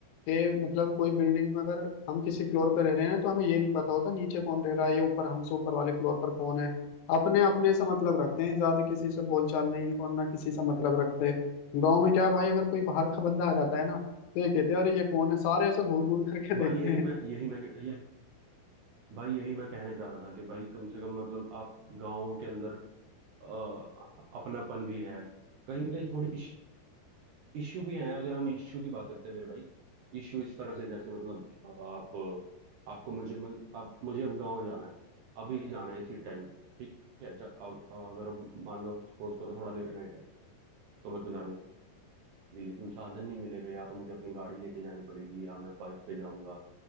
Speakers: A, on the left; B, on the right.
A: कि मतलब कोई बिल्डिंग में अगर हम किसी फ्लोर पे रह रहे हैं तो हमें ये नहीं पता होता नीचे कौन रह रहा है ये ऊपर हमसे ऊपर वाले फ्लोर पर कौन है अपने अपने से मतलब रखते हैं ज्यादा किसी से बोलचाल नहीं और ना किसी से मतलब रखते गांव में क्या है भाई अगर कोई बाहर का बंदा आ जाता है ना तो ये कहते हैं अरे ये कौन है सारे ऐसे घूर घूर करके
B: भाई
A: देखते
B: यही
A: हैं
B: मैं यही मैं यही भाई यही मैं कहने चाह रहा था कि भाई कम से कम मतलब आप गाँव के अंदर अ, अपनापन भी है कहीं ना कहीं थोड़ी इश्यू भी है अगर हम इश्यू की बात करते हैं मेरे भाई इश्यू इस तरह से जैसे मतलब अ, आप आपको मुझे अब मुझे अब गाँव जाना है अभी जाना है इसी टाइम ठीक है ज- अब अगर मान लो सपोज करो थोड़ा लेट नाइट है तो मेरे को जाने के लिए कोई साधन नहीं मिलेगा या तो मुझे अपनी गाड़ी लेके जानी पड़ेगी या मैं बाइक पे जाऊंगा